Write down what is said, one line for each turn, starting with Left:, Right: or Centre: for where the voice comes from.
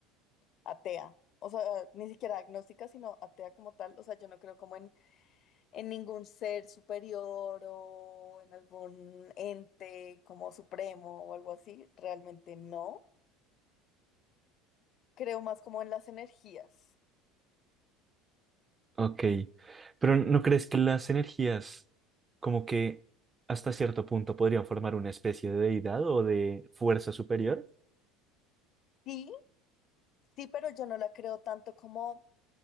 Left: atea, o sea, ni siquiera agnóstica, sino atea como tal, o sea, yo no creo como en, en ningún ser superior o en algún ente como supremo o algo así, realmente no. Creo más como en las energías.
Right: Ok, pero ¿no crees que las energías como que hasta cierto punto podrían formar una especie de deidad o de fuerza superior?
Left: Sí, sí, pero yo no la creo tanto como,